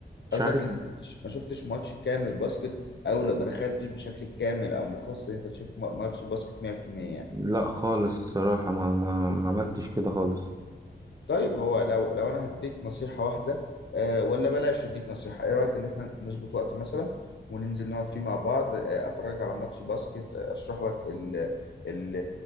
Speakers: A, on the right (about 20°); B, on the left (about 65°).
A: مش
B: قصدك
A: عارف
B: ان انت ما شفتش ماتش كامل باسكت او لو ما دخلتش بشكل كامل او مخصص ان انت تشوف ما- ماتش باسكت 100% يعني
A: لا خالص الصراحه ما ما ما عملتش كده خالص
B: طيب هو لو لو انا هديك نصيحة واحدة آه، ولا بلاش اديك نصيحة ايه رأيك ان احنا نظبط وقت مثلا وننزل نقعد فيه مع بعض آه، افرجك على ماتش باسكت آه، اشرح لك ال ال